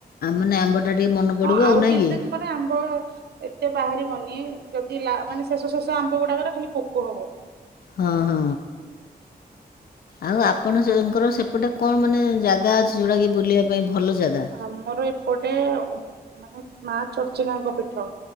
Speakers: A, on the left; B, on the right.
A: ମାନେ ଆମ୍ବଟା ଟିକେ ମନେ ପଡିବ
B: ହଁ ଆଉ
A: ନାଇଁ
B: କିଛି
A: କି
B: ଦିନ ପରେ ଆମ୍ବ ଏତେ ବାହାରି ମନ। ଯଦି ମାନେ ଶେଷ ଶେଷ ଆମ୍ବ ଗୁଡାକରେ ଖାଲି ପୋକ ହବ।
A: ହଁ ହଁ ଆଉ ଆପଣ ସେଙ୍କର ସେପଟେ କଣ ମାନେ ଜାଗା ଅଛି ଯୋଉଟା କି ବୁଲିବା ପାଇଁ ଭଲ ଜାଗା?
B: ଆମର ଏପଟେ ହଁ ମାନେ ମା ଚର୍ଚିକା ଙ୍କ ପୀଠ